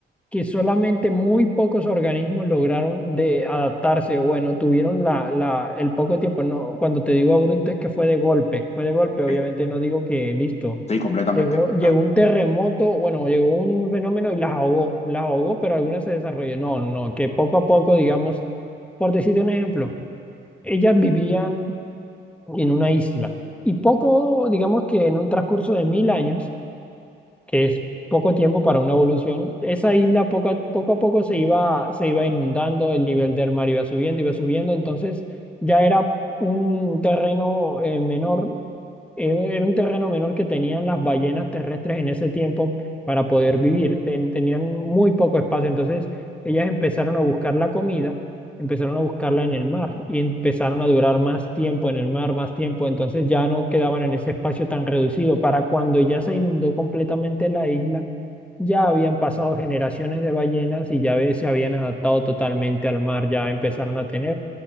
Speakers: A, in the centre; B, on the left.
A: que solamente muy pocos organismos lograron de adaptarse, o bueno, tuvieron la, la, el poco tiempo. No, cuando te digo abrupto es que fue de golpe, fue de golpe, obviamente
B: sí,
A: no digo que listo.
B: sí, completamente.
A: Llegó, llegó
B: Claro,
A: un terremoto, bueno, llegó un fenómeno y las ahogó, las ahogó, pero algunas se desarrolló. No, no, no, que poco a poco, digamos, por decirte un ejemplo, ellas vivían en una isla. Y poco, digamos que en un transcurso de mil años, que es poco tiempo para una evolución, esa isla poco a poco, a poco se iba, se iba inundando, el nivel del mar iba subiendo, iba subiendo, entonces ya era un terreno eh, menor eh, Era un terreno menor que tenían las ballenas terrestres en ese tiempo para poder vivir. Ten- tenían muy poco espacio. Entonces, ellas empezaron a buscar la comida, empezaron a buscarla en el mar y empezaron a durar más tiempo en el mar, más tiempo. Entonces, ya no quedaban en ese espacio tan reducido. Para cuando ya se inundó completamente la isla, ya habían pasado generaciones de ballenas y ya ve- se habían adaptado totalmente al mar, ya empezaron a tener